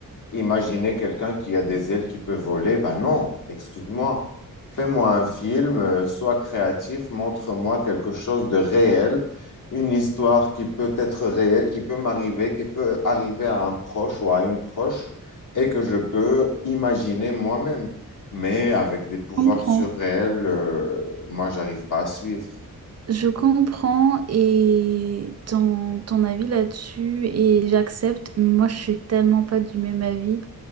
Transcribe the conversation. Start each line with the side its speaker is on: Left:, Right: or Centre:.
Left: Imaginez quelqu'un qui a des ailes qui peut voler. Ben non, excuse-moi. Fais-moi un film, euh, sois créatif, montre-moi quelque chose de réel, une histoire qui peut être réelle, qui peut m'arriver, qui peut arriver à un proche ou à une proche et que je peux imaginer moi-même. Mais avec des
Right: Je
Left: pouvoirs
Right: comprends.
Left: surréels, euh, moi, j'arrive pas à suivre.
Right: Je comprends et ton, ton avis là-dessus et j'accepte. Moi, je suis tellement pas du même avis.